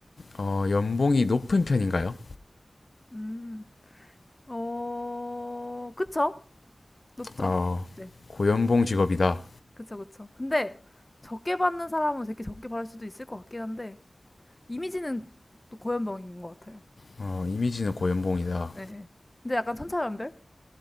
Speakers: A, on the left; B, on the left.
A: 어, 연봉이 높은 편인가요?
B: 음, 어, 그쵸? 높죠?
A: 어,
B: 네,
A: 고연봉 직업이다.
B: 그쵸, 그쵸. 근데 적게 받는 사람은 되게 적게 받을 수도 있을 것 같긴 한데 이미지는 또 고연병인 것 같아요.
A: 어, 이미지는 고연봉이다.
B: 네, 네. 근데 약간 천차만별?